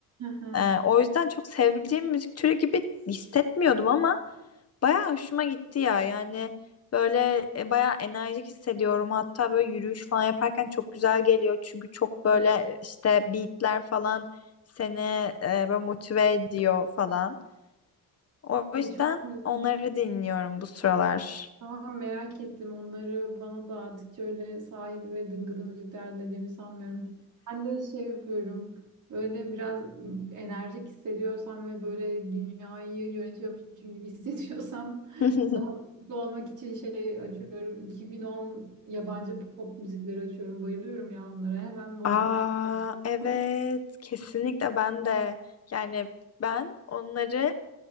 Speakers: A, on the right; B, on the left.
A: Aha.
B: Ee, o yüzden çok sevebileceğim müzik türü gibi hissetmiyordum ama bayağı hoşuma gitti ya. Yani böyle e, bayağı enerjik hissediyorum. Hatta böyle yürüyüş falan yaparken çok güzel geliyor. Çünkü çok
A: O.
B: böyle işte beatler falan seni e, böyle motive ediyor falan. O yüzden
A: E çok iyi.
B: onları dinliyorum bu sıralar.
A: Tamam merak ettim onları bana dağıttıkça öyle sahil ve dıngıdı müzikler dediğimi sanmıyorum. Ben de şey yapıyorum böyle biraz enerjik hissediyorsam ve böyle dünyayı yönetiyormuşum gibi <laughs> hissediyorsam
B: <laughs>
A: daha da mutlu olmak için şey açıyorum. 2010 yabancı pop müzikleri açıyorum bayılıyorum ya onlara hemen modumu
B: Aa
A: düzeltiyorum.
B: evet kesinlikle ben de yani ben onları